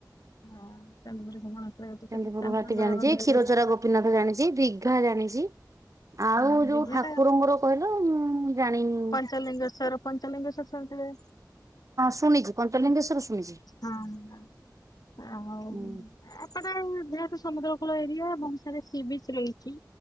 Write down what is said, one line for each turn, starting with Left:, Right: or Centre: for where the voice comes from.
Left: ହଁ ଚାନ୍ଦିପୁର କ୍ଷେପଣାସ୍ତ୍ର ଘାଟି ସେଠି
Right: ଚାନ୍ଦିପୁର ଘାଟି
Left: ବେଳାଭୂମିରେ
Right: ଜାଣିଚି, କ୍ଷୀରଚୋରା ଗୋପୀନାଥ ଜାଣିଚି, ଦିଘା ଜାଣିଚି ଆଉ
Left: ହୁଁ
Right: ଯୋଉ
Left: ଦୀଘାଟା
Right: ଠାକୁରଙ୍କର କହିଲ ମୁଁ ଜାଣିନି।
Left: ପଞ୍ଚଲିଙ୍ଗେଶ୍ଵର ପଞ୍ଚଲିଙ୍ଗେଶ୍ଵର ଶୁଣିଥିବେ?
Right: ଶୁଣିଚି, ପଞ୍ଚଲିଙ୍ଗେଶ୍ୱର ଶୁଣିଛି।
Left: ହଁ। ଆଉ
Right: ହୁଁ
Left: ଏପଟେ ଯେହେତୁ ସମୂଦ୍ର ଆପଣଙ୍କ ଏରିଆ ବହୁତ ସାରା ସି ବିଚ ରହିଚି